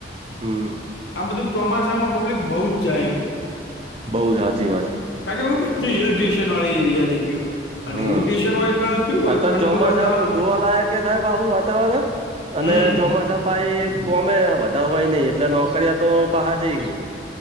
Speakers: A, on the right; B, on the left.
A: હમ
B: આ બધું ચોમાસામાં પબ્લિક બહુ જ જાય એમ
A: બઉ જ સાચી વાત
B: કારણ કે હું બધી હિલ સ્ટેશન વાળી એરિયા થઈ ગયો અને
A: હમ
B: હિલ સ્ટેશન હોય કારણ શું હોય
A: આતા
B: ઠંડુ
A: ચોમાસામાં
B: વાતાવરણ
A: જોવાલાય કે થાય પહુ વાતાવરણ
B: હમ
A: અને ચોમાસામ છ કોમે વધારે હોય નહિ એટલે નોકરીયા તો બહાર જઈ છે.